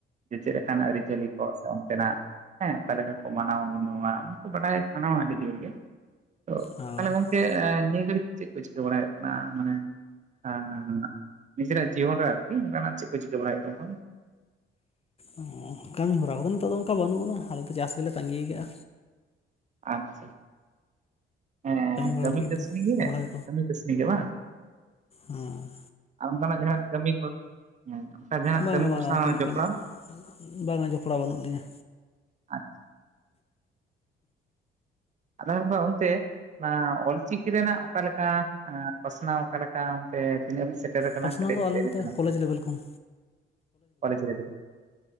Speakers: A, on the right (about 35°); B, on the left (about 30°).
A: ᱡᱮ ᱪᱮᱫ ᱞᱮᱠᱟᱱ ᱟᱹᱨᱤᱪᱟᱹᱞᱤ ᱠᱚ ᱥᱮ ᱚᱱᱛᱮᱱᱟᱜ ᱦᱮᱸ ᱚᱠᱟ ᱞᱮᱠᱟ ᱠᱚ ᱢᱟᱱᱟᱣᱟ ᱜᱩᱱᱟᱹᱣᱟ ᱚᱱᱟ ᱠᱚ ᱵᱟᱰᱟᱭ ᱥᱟᱱᱟᱣᱟ ᱟᱹᱰᱤ ᱡᱳᱨ ᱜᱮ ᱛᱚ
B: ᱦᱚᱸ
A: ᱛᱟᱦᱚᱞᱮ ᱜᱚᱢᱠᱮ ᱮᱸ ᱱᱤᱭᱟᱹ ᱜᱷᱟᱹᱲᱤᱡ ᱫᱚ ᱪᱮᱫ ᱠᱚ ᱪᱤᱠᱟᱹ ᱵᱟᱲᱟ ᱦᱩᱭᱩᱜ ᱠᱟᱱᱟ ᱢᱟᱱᱮ ᱮᱸᱜᱻ ᱱᱤᱡᱮᱨᱟᱜ ᱡᱤᱭᱚᱱ ᱨᱮ ᱟᱨᱠᱤ ᱚᱱᱠᱟᱱᱟᱜ ᱪᱮᱫ ᱠᱚ ᱪᱤᱠᱟᱹ ᱵᱟᱲᱟᱭᱮᱫ ᱦᱩᱭᱩᱜ ᱠᱟᱱᱟ?
B: ᱚ ᱠᱟᱹᱢᱤ ᱦᱚᱨᱟ ᱠᱚᱫᱚ ᱱᱤᱛᱚᱜ ᱫᱚ ᱚᱱᱠᱟ ᱵᱟᱹᱱᱩᱜ ᱟᱱᱟ ᱟᱞᱮ ᱫᱚ ᱪᱟᱥ ᱜᱮᱞᱮ ᱛᱟᱸᱜᱤ ᱠᱟᱜᱼᱟ
A: ᱟᱪᱪᱷᱟ ᱦᱮᱸ
B: ᱵᱟᱲᱟ
A: ᱠᱟᱹᱢᱤ
B: ᱞᱟᱹᱜᱤᱫ
A: ᱠᱟᱹᱥᱱᱤ
B: ᱫᱚ
A: ᱜᱮ
B: ᱨᱚᱦᱚᱭ
A: ᱠᱟᱹᱢᱤ ᱠᱟᱹᱥᱱᱤ ᱜᱮ ᱵᱟᱝ
B: ᱦᱚᱸ
A: ᱟᱨ ᱚᱱᱠᱟᱱᱟᱜ ᱡᱟᱦᱟᱱᱟᱜ ᱠᱟᱹᱢᱤ ᱠᱚ ᱦᱮᱸ ᱚᱱᱠᱟ ᱡᱟᱦᱟᱱᱟᱜ
B: ᱵᱟᱝᱟ
A: ᱠᱟᱹᱢᱤ
B: ᱵᱟᱝᱟ
A: ᱠᱚ ᱥᱟᱶ
B: ᱚᱱᱠᱟᱱᱟᱜ
A: ᱡᱚᱯᱲᱟᱣ
B: ᱠᱟᱹᱢᱤ ᱵᱟᱝᱟ ᱡᱚᱯᱲᱟᱣ ᱵᱟᱹᱱᱩᱜ ᱞᱤᱧᱟ
A: ᱟᱨᱠᱤ ᱟᱫᱚ ᱢᱮᱱᱮ ᱚᱱᱛᱮ ᱚᱱᱟ ᱚᱞᱪᱤᱠᱤ ᱨᱮᱱᱟᱜ ᱚᱠᱟᱞᱮᱠᱟ ᱯᱟᱥᱱᱟᱣ ᱚᱠᱟᱞᱮᱠᱟ ᱛᱮ ᱛᱤᱱᱟᱹᱜ ᱦᱟᱵᱤᱡ ᱥᱮᱴᱮᱨ ᱟᱠᱟᱱᱟ
B: ᱯᱟᱥᱱᱟᱣ
A: ᱠᱟᱹᱴᱤᱡ
B: ᱫᱚ ᱟᱞᱮ
A: ᱞᱟᱹᱭ
B: ᱱᱚᱛᱮ
A: ᱠᱟᱱᱟ
B: ᱠᱚᱞᱮᱡᱽ ᱞᱮᱵᱮᱞ ᱠᱷᱚᱱ
A: ᱠᱚᱞᱮᱡᱽ ᱞᱮᱵᱮᱞ